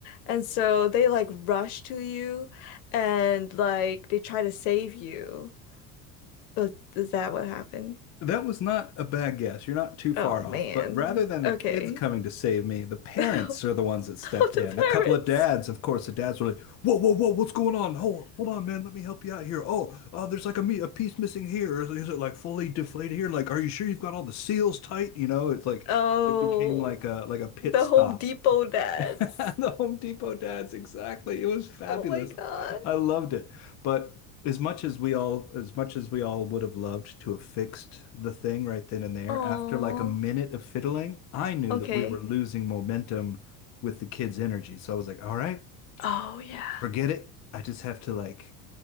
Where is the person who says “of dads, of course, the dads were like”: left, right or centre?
Left